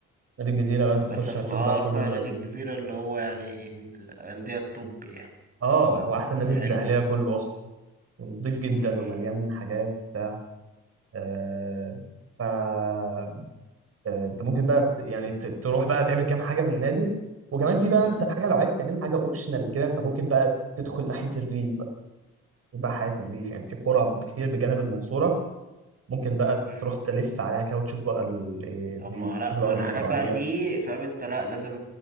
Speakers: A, on the right; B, on the right.
A: نادي الجزيره لو انت تخش
B: بس اسمع
A: هتشوف
B: اه
A: بقى كل
B: اسمع
A: الرياضيات
B: نادي الجزيرة اللي هو يعني من الأندية الطب يعني
A: اه هو احسن
B: اه
A: نادي
B: حلو
A: في الدقهليه كله اصلا ونضيف جدا
B: مم.
A: ومليان حاجات وبتاع أه ف آه، انت ممكن بقى ت- يعني ت- تروح بقى تعمل كام حاجه في النادي وكمان في بقى
B: مم.
A: انت حاجه لو عايز تعمل حاجه اوبشنال كده انت ممكن بقى تدخل ناحيه الريف بقى يبقى حياه الريف يعني في قرى كتير بجانب المنصوره ممكن بقى
B: مم.
A: تروح تلف عليها كده وتشوف بقى ال- إيه
B: طب
A: دي
B: ما
A: تشوف
B: لا
A: الارض
B: ما الحاجات
A: الزراعيه
B: بقى دي فاهم انت لا لازم